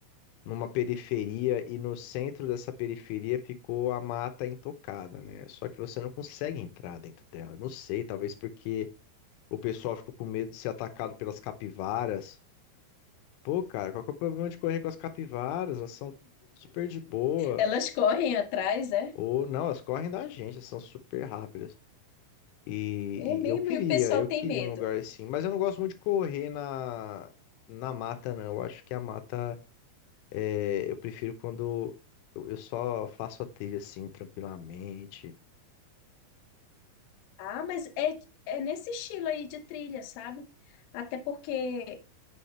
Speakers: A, on the left; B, on the left.
A: numa periferia e no centro dessa periferia ficou a mata intocada, né? Só que você não consegue entrar dentro dela. Eu Não sei, talvez porque o pessoal ficou com medo de ser atacado pelas capivaras. Pô, cara, qual que é o problema de correr com as capivaras? Elas são super de boa.
B: Elas correm atrás, é?
A: Ou não, elas correm da gente, elas são super rápidas. E,
B: É mesmo,
A: e eu queria,
B: e o pessoal
A: eu
B: tem
A: queria
B: medo.
A: um lugar assim, mas eu não gosto muito de correr na, na mata, não. Eu acho que a mata É, eu prefiro quando eu eu só faço a trilha assim, tranquilamente.
B: Ah, mas é, é nesse estilo aí de trilha, sabe? Até porque